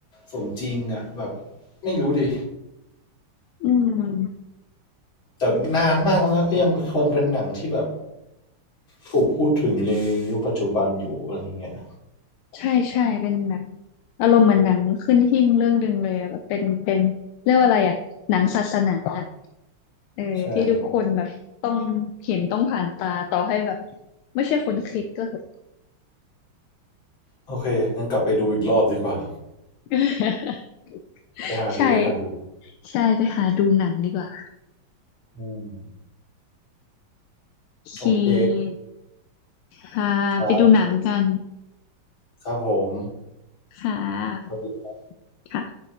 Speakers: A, on the left (about 70°); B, on the left (about 85°).
A: สมจริงอะแบบไม่รู้ดิ
B: อืม
A: แต่นานมากแล้วนะก็ยังคงเป็นหนังที่แบบ ถูกพูดถึงในยุคปัจจุบันอยู่อะไรอย่างเงี้ย
B: ใช่ใช่เป็นแบบอารมณ์เหมือนหนังขึ้นหิ้งเรื่องดึงเลยอะแบบเป็นเป็นเรียกว่าอะไรอะหนังศาสนาอะเออที่ทุกคนแบบต้องเห็นต้องผ่านตาต่อให้แบบ
A: ใช่
B: ไม่ใช่คนคิดก็เหอะ
A: โอเคงั้นกลับไปดูอีกรอบดีกว่า
B: <laughs>
A: ไปหาดูไปหาดู
B: ใช่ใช่ไปหาดูหนังดีกว่า
A: อืม
B: โอเค
A: โอเค
B: ค่ะไปดูหนังกัน
A: ครับครับผม
B: ค่ะ
A: สวัสดี
B: ค่ะ